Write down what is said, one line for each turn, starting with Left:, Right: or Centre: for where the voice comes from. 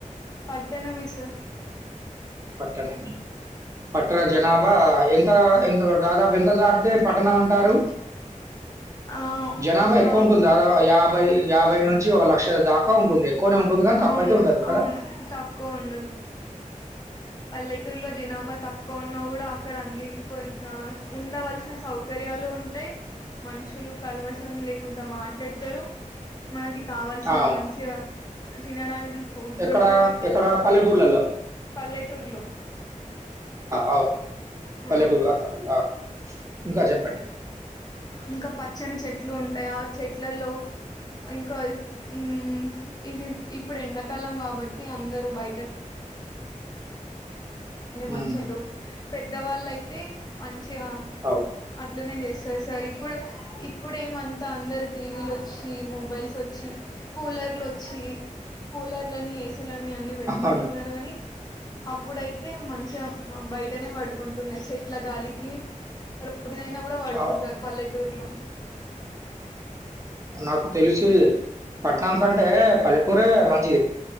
Left: పట్టణ మిస
Right: పట్టణమే పట్టణ జనాభా ఎం ఆ ఎందు దాదాపు ఎంత దాటితే పట్టణం అంటారు
Left: ఆ ఆ
Right: జనాభా
Left: ఒక
Right: ఎక్కువ ఉంటుంది దాదాపు యాభై యాభై నుంచి లక్ష దాకా ఉంటుంది ఎక్కువనే ఉంటుంది గానీ,
Left: అవును
Right: తక్కువైతే ఉండదు కదా!
Left: అవును తక్కువ ఉండదు పల్లెటూర్లో జనాభా తక్కువ ఉన్నా కూడా అక్కడ అన్ని కొ ఉండవలసిన సౌకర్యాలు ఉంటాయి మనుషులు కల్మషం లేకుండా మాట్లాడతారు మనకి కావాల్సిన
Right: ఆ! అవును.
Left: మంచి తినడానికి ఫుడ్
Right: ఎక్కడ
Left: ఉంటది
Right: ఎక్కడ పల్లెటూర్లల్లో
Left: ల్లెటూర్లో
Right: అవును. పల్లెటూరు
Left: ఆ ఉం
Right: వాతావరణంలో. అవును. ఇంకా చెప్పండి.
Left: ఇంకా పచ్చని చెట్లు ఉంటాయా చెట్లల్లో ఇంకా ఉం ఇది ఇప్పుడు ఎండాకాలం కాబట్టి అందరూ బయట <unintelligible>
Right: హ్మ్.
Left: మంచుటు పెద్దవాళ్ళయితే మంచి ఆ
Right: అవును.
Left: అట్లనే చేస్ సరి ఇప్పుడు ఇప్పుడేమంతా అందరు టీవీలు వచ్చి మొబైల్స్ వచ్చి కూలర్లు వచ్చి కూలర్లని ఏసీలు అన్ని పెట్టుకుంటున్నారు
Right: అవును.
Left: గాని అప్పుడై తే మంచిగా బయటనే పడుకుంటుండ చెట్ల గాలికి తొమ్మిది అయినా కూడా పడుకుంటారు
Right: అవును.
Left: పల్లెట్ టూర్లో
Right: నాకు తెలిసి పట్నానికంటే పల్లెటూరే రాజీవ్